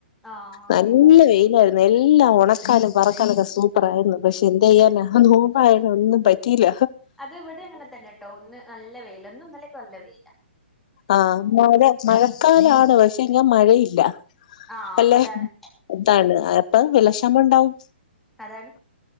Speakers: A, in the centre; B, on the left.
A: ആഹ്
B: നല്ല വെയിലാ എല്ലാം ഒണക്കാനും പറക്കാനൊക്കെ സൂപ്പർ ആയിരുന്നു പക്ഷെ എന്തയ്യാനാ ആഹ് നോമ്പായതെന്നും പറ്റില്ല.
A: അത് ഇവടെ അങ്ങനെ തന്നെട്ടോ ഒന്ന് നല്ല വെയില ഇന്നും ഇന്നലേക്കെ നല്ല വെയില.
B: ആഹ് മഴ മഴക്കാലാണ് പക്ഷെ ഇങ്ങാ മഴയില്ല.
A: ആഹ്
B: എല്ലെ
A: അതാണ്
B: ഇതാണ് അപ്പ വെള്ളക്ഷാമം ഇണ്ടാവും.
A: അതാണ്